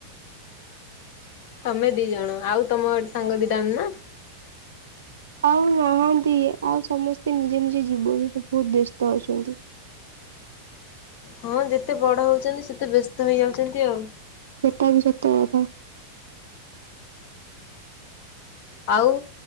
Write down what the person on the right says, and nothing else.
ଆଉ ନାହାନ୍ତି ଆଉ ସମସ୍ତେ ନିଜ ନିଜ ଜୀବନରେ ବୋହୁତ୍ ବ୍ୟସ୍ତ ଅଛନ୍ତି।
ତା ବି ସତ କଥା।